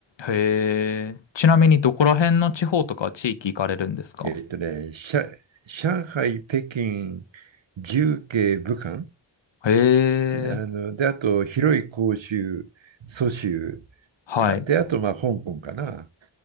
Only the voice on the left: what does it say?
へえ。ちなみにどこら辺の地方とか地域行かれるんですか
へえ。
はい。